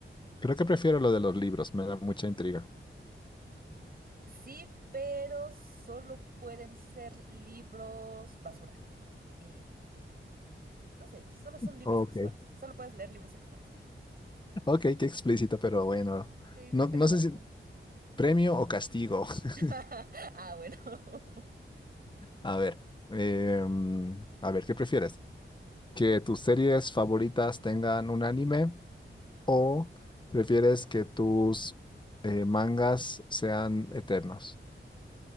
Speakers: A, on the left (about 20°); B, on the right (about 45°).
A: Creo que prefiero lo de los libros, me da mucha intriga.
B: Sí, pero solo pueden ser libros basura. Y no sé, solo son libros
A: Ok,
B: sexuales. Solo puedes leer libros sexuales.
A: ok, qué explícito, pero bueno.
B: Sí,
A: No,
B: creo
A: no
B: que era más
A: sé si
B: broad.
A: premio o castigo. <laughs>
B: <laughs> Ah, bueno. <laughs>
A: A ver, em, a ver, ¿qué prefieres? ¿Que tus series favoritas tengan un anime o prefieres que tus eh, mangas sean eternos?